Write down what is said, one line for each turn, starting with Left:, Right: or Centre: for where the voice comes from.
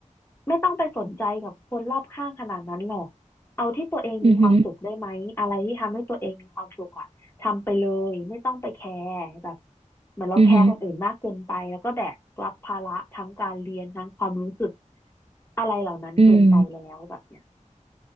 Left: ไม่ต้องไปสนใจกับคนรอบข้างขนาดนั้นหรอก เอาที่ตัวเองมีความสุขได้ไหมอะไรที่ทำให้ตัวเองมีความสุขอะทำไปเลยไม่ต้องไปแคร์แบบ
Right: อืม
Left: เหมือนเราแคร์คนอื่นมากเกินไปแล้วก็แบกรับภาระทั้งการเรียนทั้งความรู้สึก
Right: อืมอืม
Left: อะไรเหล่านั้นเกินไปแล้วแบบเนี้ย
Right: อืม